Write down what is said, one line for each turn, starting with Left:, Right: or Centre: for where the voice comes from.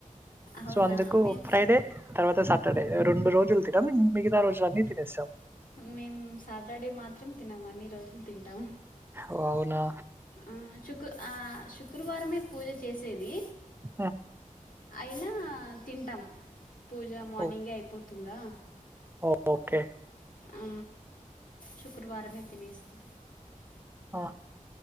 Left: అవునా
Right: సో అందుకు
Left: మేము
Right: ఫ్రైడే తర్వాత స సాటర్డే రెండు రోజులు తినము మిగతా రోజులన్నీ తినేస్తాం
Left: మేము సాటర్డే మాత్రం తినం అన్ని రోజులు తింటాం
Right: ఓ అవునా
Left: ఆ శుక్ ఆ శుక్రవారమే పూజ చేసేది.
Right: ఆ
Left: అయినా తింటాం పూజ మార్నింగే
Right: ఓ
Left: అయిపోతుందా
Right: ఓ ఓకే
Left: ఆ శుక్రవారమే తినేసి
Right: ఆ